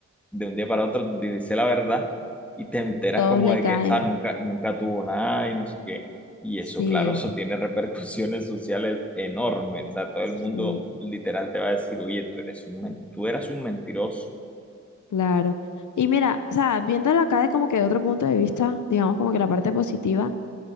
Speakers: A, in the centre; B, on the left (about 80°).
A: de un día para otro, te dice la verdad y te enteras
B: Todos
A: como
B: le
A: de
B: caen.
A: que, ah, nunca, nunca tuvo nada y no sé qué. Y
B: Sí,
A: eso, claro, eso tiene <laughs> repercusiones sociales enormes. O sea, todo
B: sí.
A: el mundo literal te va a decir, oye, tú eres un, men- tú eras un mentiroso.
B: Claro. Y mira, o sea, viéndolo acá de como que de otro punto de vista, digamos como que la parte positiva,